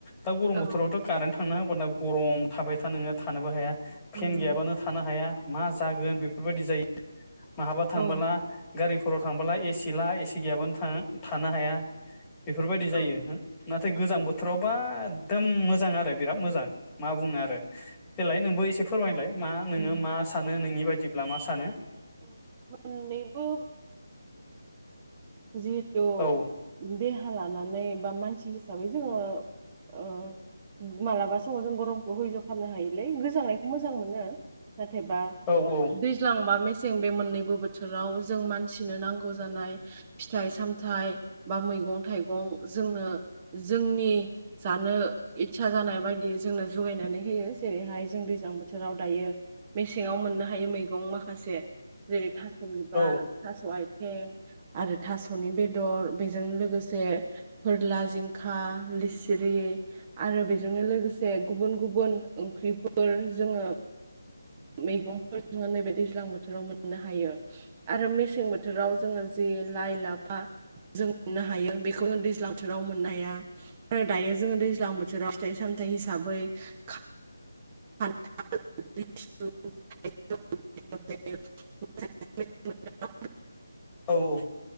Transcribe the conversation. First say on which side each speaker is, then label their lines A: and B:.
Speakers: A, on the left (about 20°); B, on the right (about 25°).
A: दा गरम
B: औ
A: बोथोरावथ' कारेन्ट था थांना होबादा गरम थाबाय था नोङो थानोबो हाया। फेन
B: उम
A: गैयाबानो थानो हाया। मा जागोन बेफोरबायदि जायो। बहाबा थांबोला
B: औ
A: गारिफोराव थांबोला एसि ला एसि गैयाबानो था थानो हाया। बेफोरबायदि जायो
B: औ
A: हो नाथाय गोजां बोथोरावबा एकदम मोजां आरो बिराद मोजां। मा बुंनो आरो देलाय नोंबो एसे फोरमायलाय। मा नोङो
B: उम
A: मा सानो नोंनि बाद दिब्ला मा सानो?
B: मोननैबो जिहेतु
A: औ
B: देहा राहा लानानै बा मानसि हिसाबै जोङो ओ मालाबा समाव जों गरम <unintelligible> खामनो हायोलै गोजांनाय मोजां मोनो जाथेबा
A: औ
B: दैज्लां बा मेस जों बे मोननैबो बोथोराव जों मानसिनो नांगौ जानाय फिथाइ सामथाइ बा मैगं थाइगं जोंनो जोंनि जानो इस्सा जानाय बायदि जोंनो जगायनानै होयो जेरैहाय जों दैज्लां बोथोराव दायो मेसेङाव मोननो हायो मैगं माखासे जेरै थास' बिबार
A: औ
B: थास' आइ ए आरो थास'नि बेदर बेजों लोगोसे फोरला जिंखा लिसिरि आरो बेजोंनो लोगोसे गुबुन गुबुन ओंख्रिफोर जोङो मैगंफोर जोङो नैबे दैज्लां बोथोराव मोननो हायो आरो मेसें बोथोराव जोङो जे लाइ लाफा जों मोननो हायो बेखौ जों दैज्लां बोथोराव मोननो हाया आरो दायो जोङो दैज्लां बोथोराव फिथाइ सामथाइ हिसाबै खा <unintelligible>
A: औ औ।